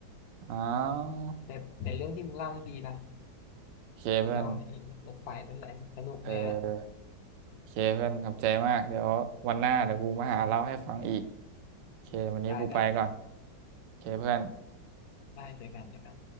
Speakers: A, on the right (about 75°); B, on the left (about 65°).
A: อาว
B: แต่แต่เรื่องที่มึงเล่านี่ดีนะ
A: โอเคเพื่อน
B: ที่เล่าเนี่ยไอ้รถไฟรถอะไรเนี่ยสนุกเลยแหละ
A: เออโอเคเพื่อนขอบใจมากเดี๋ยววันหน้าเดี๋ยวกูมาหาเล่าให้ฟังอีกโอเควันนี้กูไปก่อน
B: ได้ได้ได้
A: โอเคเพื่อน
B: ได้เจอกันเจอกัน